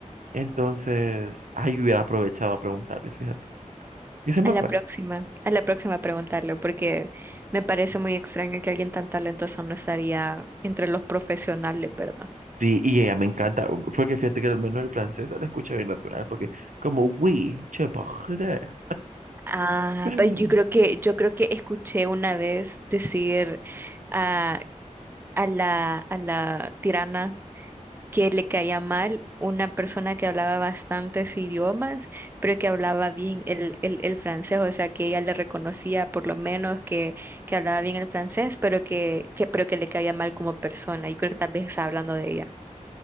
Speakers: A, on the right; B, on the right.
A: Entonces, ahí hubiera aprovechado a preguntarle, fíjate. Y se me
B: A la
A: fue.
B: próxima, a la próxima preguntarle, porque me parece muy extraño que alguien tan talentoso no estaría entre los profesionales, ¿verdad?
A: Sí, y ella me encanta, porque fíjate que al menos el francés se la escucha bien natural, porque como, oui, je parle.
B: Ah,
A: <laughs>
B: pues yo creo que, yo creo que escuché una vez decir ah, a la, a la tirana. que le caía mal una persona que hablaba bastantes idiomas, pero que hablaba bien el, el, el francés, o sea, que ella le reconocía por lo menos que, que hablaba bien el francés, pero que, que, pero que le caía mal como persona. Y creo que tal vez está hablando de ella.